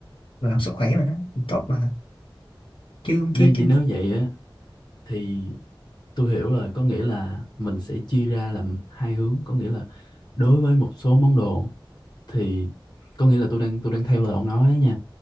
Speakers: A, on the left; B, on the left.
A: làm sức khỏe mà nó cũng tốt mà chứ
B: nên
A: chứ
B: vì nếu vậy á thì tôi hiểu rồi có nghĩa là mình sẽ chia ra làm hai hướng có nghĩa là đối với một số món đồ thì có nghĩa là tôi đang tôi đang theo lời ông nói á nha